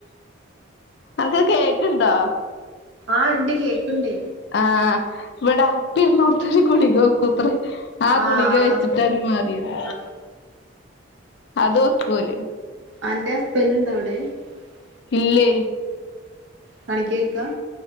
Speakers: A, on the left (about 55°); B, on the right (about 70°).
A: നനക്ക് കേക്ക് ഇണ്ടോ
B: ആഹ ഇണ്ട് കേക്കുണ്ട്
A: ആഹ വവിടെ അപ്പി ഇനോടത്ത് കുളികക്കൂത്രേ ആ
B: ആഹ്
A: ഗുളിക വെച്ചിട്ടാണ് മാറിയത്
B: ആ
A: അതുവക്കോല്
B: അന്റെ <inaudible>
A: ഇല്ലേ
B: പണിക്ക് പോയിക